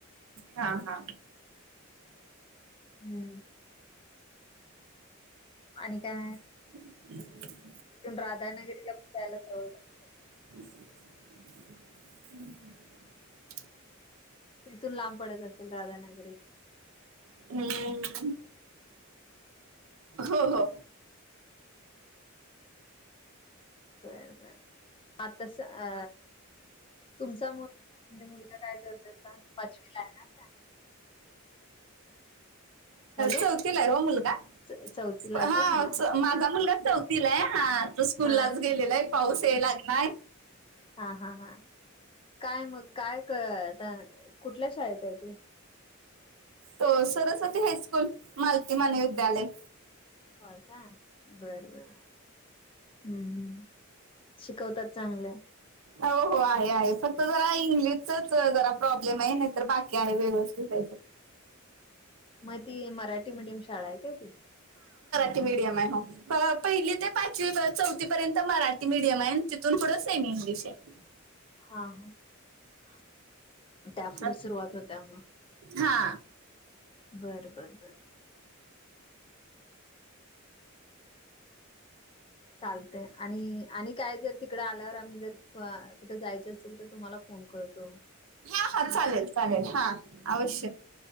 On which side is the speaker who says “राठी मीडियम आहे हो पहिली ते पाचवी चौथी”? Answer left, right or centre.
Right